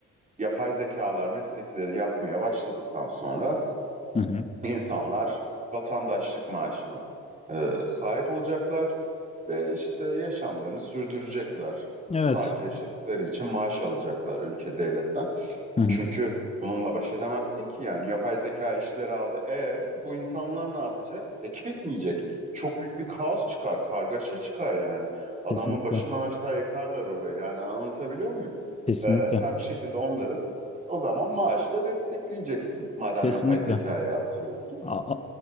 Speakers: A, on the right; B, on the left.
A: yapay zekalar meslekleri yapmaya başladıktan sonra
B: Hı hı.
A: insanlar vatandaşlık maaşına e, sahip olacaklar ve işte yaşamlarını sürdürecekler.
B: Evet.
A: Sadece yaşadıkları için maaş alacaklar ülke devletten.
B: Hı hı.
A: Çünkü bununla baş edemezsin ki yani yapay zeka işleri aldı. E bu insanlar ne yapacak? Ekmek mi yiyecek? Çok büyük bir kaos çıkar, kargaşa çıkar yani. Adamın
B: Kesinlikle.
A: başından aşağı yıkarlar orayı. Yani anlatabiliyor muyum?
B: Kesinlikle.
A: E, sen bir şekilde onları o zaman maaşla destekleyeceksin. Madem
B: Kesinlikle.
A: yapay zekaya yaptırıyorsun.
B: A- a-